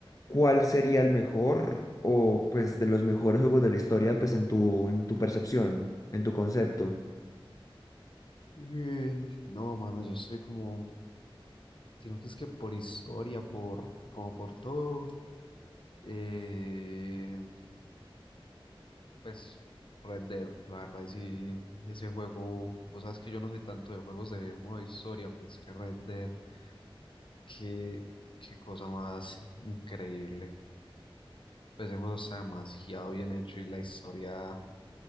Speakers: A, on the left (about 35°); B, on the left (about 60°).
A: ¿cuál sería el mejor o pues de los mejores juegos de la historia, pues en tu, en tu percepción, en tu concepto?
B: Eh, no, mano, yo estoy como, sino que es que por historia, por, como por todo, eh, pues, Red Dead, la verdad, y sí, ese juego, pues sabes que yo no soy tanto de juegos de modo historia, pero es que Red Dead Qué, qué cosa más increíble. Pues Ese juego está demasiado bien hecho y la historia,